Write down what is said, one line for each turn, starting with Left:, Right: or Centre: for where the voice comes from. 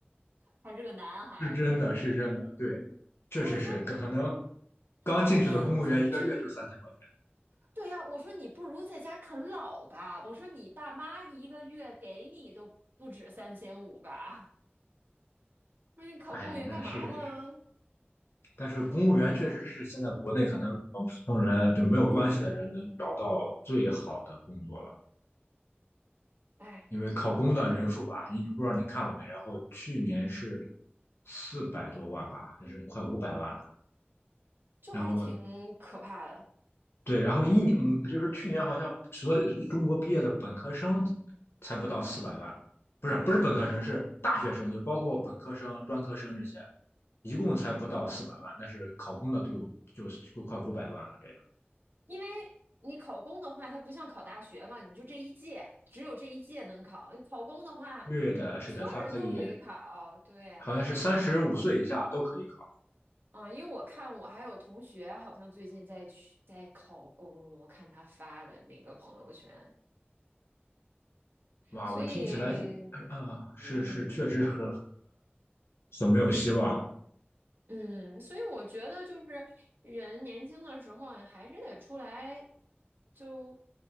Right: 还是个男孩子。
Left: 是真的，是真的，对，确实是，
Right: 我说，
Left: 可能
Right: 嗯，
Left: 刚进去的公务员一个月就三千块钱，
Right: 我说，我说真对呀、我说你不如在家啃老吧。我说你爸妈一个月给你都不止三千五吧？<laughs> 那你考公务员干嘛呢？
Left: 哎，那是，但是公务员确实是现在国内可能呃普通人就没有关系的人能找到最好的工作了，
Right: 哎，
Left: 因为考公的人数吧，你不知道你看了没，然后去年是四百多万吧，还是快五百万了，
Right: 就还挺可怕的，
Left: 然后对，然后一年，嗯就是去年好像所有中国毕业的本科生才不到四百万，不是不是本科生，是大学生，就包括本科生、专科生这些，一共才不到四百万，但是考公的都有就就快五百万了，这样。
Right: 因为你考公的话，它不像考大学嘛，你就这一届，只有这一届能考。你考公的话，
Left: 对的，是的，
Right: 所有人都可以考。
Left: 他可以，
Right: 对呀、
Left: 好像是三十五岁以下都可以考。
Right: 嗯，因为我看我还有同学好像最近在去在考公，我看他发的那个朋友圈，
Left: 哇，
Right: 所以，
Left: 我听起来，呃，是是，
Right: 嗯
Left: 确实是很很没有希望。
Right: 嗯，所以我觉得就是人年轻的时候，你还是得出来就